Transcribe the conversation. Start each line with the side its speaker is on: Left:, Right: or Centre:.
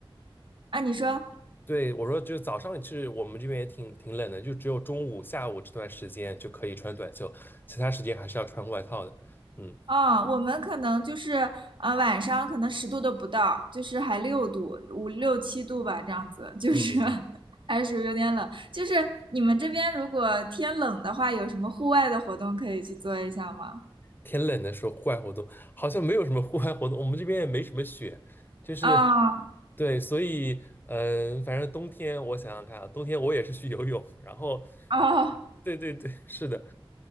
Right: 啊。你说，
Left: 对，我说，就是早上其实我们这边也挺挺冷的，就只有中午、下午这段时间就可以穿短袖，其他时间还是要穿外套的。嗯
Right: 啊、我们可能就是呃晚上可能十度都不到，就是还六度五六七度吧，这样子，就是
Left: 嗯，
Right: <laughs> 还是属于有点冷。就是你们这边如果天冷的话，有什么户外的活动可以去做一下吗？
Left: 天冷的时候户外活动好像没有什么户外活动，我们这边也没什么雪，就是
Right: 啊
Left: 对，所以嗯、呃反正冬天我想想看啊，冬天我也是去游泳，然后
Right: 啊
Left: 对对对，是的，